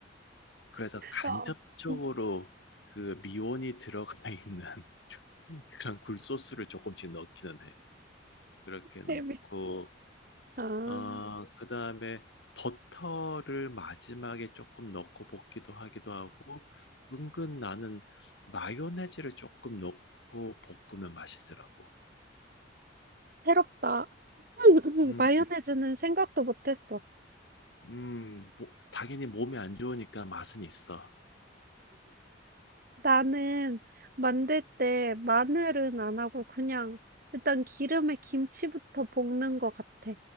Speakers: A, on the left; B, on the right.
A: 그래서 간접적으로
B: 어, <laughs>
A: 그 미원이 들어가 있는 <laughs> 그런 굴소스를 조금씩 넣기는 해. 그렇게 넣고,
B: 재밌어. 아,
A: 어, 그 다음에 버터를 마지막에 조금 넣고 볶기도 하기도 하고, 은근 나는 마요네즈를 조금 넣고 볶으면 맛있더라고.
B: 새롭다. <laughs>
A: 음,
B: 마요네즈는 생각도 못했어.
A: 음, 뭐, 당연히 몸에 안 좋으니까 맛은 있어.
B: 나는 만들 때 마늘은 안 하고 그냥 일단 기름에 김치부터 볶는 것 같아.